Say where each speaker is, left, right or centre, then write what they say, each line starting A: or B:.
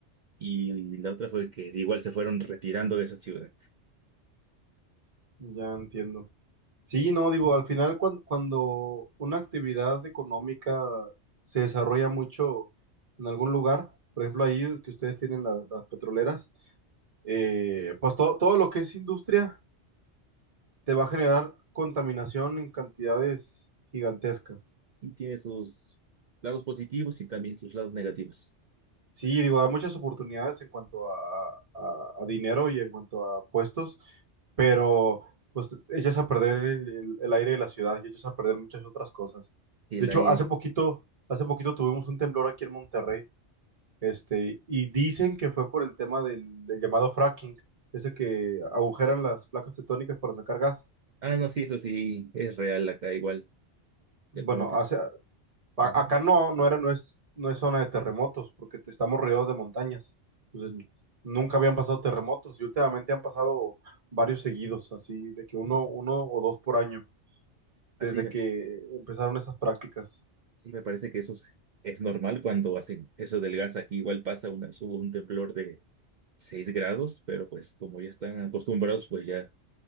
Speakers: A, on the right (about 55°); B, on the right (about 30°).
A: y la otra fue que igual se fueron retirando de esa ciudad.
B: Ya entiendo. Sí, no, digo, al final cuan- cuando, una actividad económica se desarrolla mucho en algún lugar, por ejemplo, ahí que ustedes tienen la- las petroleras, eh, pues todo, todo lo que es industria te va a generar contaminación en cantidades gigantescas.
A: Sí tiene sus lados positivos y también sus lados negativos.
B: Sí, digo, hay muchas oportunidades en cuanto a, a- a dinero y en cuanto a puestos, pero pues echas a perder el, el- el aire de la ciudad y echas a perder muchas otras cosas.
A: El
B: De hecho,
A: aire.
B: hace poquito, hace poquito tuvimos un temblor aquí en Monterrey, este, y dicen que fue por el tema del, del llamado fracking, ese que agujeran las placas tectónicas para sacar gas.
A: Ah, no, sí, eso sí, es real acá igual,
B: Bueno,
A: de cómo te...
B: hace, A-
A: Ujú.
B: Acá no, no era, no es, no es zona de terremotos, porque te- estamos rodeados de montañas. Entonces, nunca habían pasado terremotos y últimamente han pasado varios seguidos, así de que uno, uno o dos por año,
A: Así,
B: desde que empezaron esas prácticas.
A: Sí, me parece que eso es, es normal cuando hacen eso del gas. Aquí igual pasa una, hubo un temblor de 6 grados, pero pues como ya están acostumbrados, pues ya